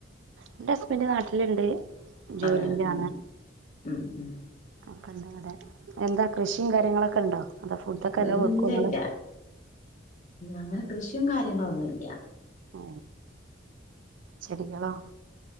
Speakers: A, on the right; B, on the left.
A: എന്റെ ഹസ്ബൻഡ് നാട്ടിലുണ്ട് ജോലിയിലാണ്.
B: അതെ ഉം ഉം ഉം
A: <inaudible> എന്താ കൃഷിയും കാര്യങ്ങളൊക്കെ ഉണ്ടോ? അതോ ഫുഡൊക്കെ നല്ലോം
B: ഇല്ല
A: വെക്കോ ഇങ്ങള്
B: ഇല്ല അങ്ങനെ കൃഷിയും കാര്യങ്ങളൊന്നുല്ല്യാ.
A: ആ ശരിയളോ.